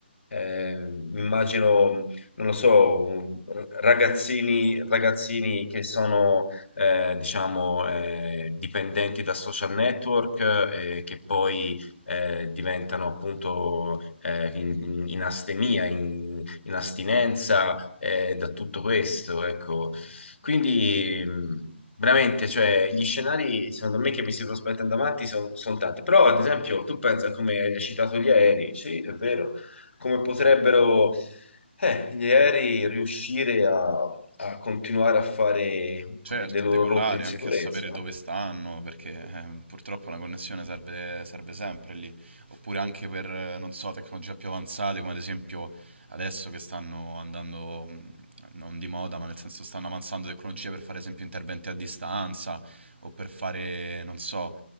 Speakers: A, on the left; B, on the right.
A: eh, mi immagino, non lo so, un- ragazzini, ragazzini che sono, eh, diciamo, eh, dipendenti da social network eh, che poi eh, diventano appunto eh, in, in- in astemia, in astinenza eh, da tutto questo, ecco. Quindi mh, veramente, cioè, gli scenari secondo me che mi si sono spaventando avanti sono tanti, però ad esempio tu pensa come hai citato gli aerei, sì, è vero, come potrebbero eh, gli aerei riuscire a, a continuare a fare eh,
B: Certo,
A: le loro
B: a decollare,
A: rotte di
B: anche
A: sicurezza.
B: a sapere dove stanno, perché eh, purtroppo una connessione serve, serve sempre lì. Oppure anche per, eh, non so, tecnologie più avanzate, come ad esempio adesso che stanno andando, mh, non di moda, ma nel senso stanno avanzando tecnologie per fare, ad esempio, interventi a distanza o per fare, non so,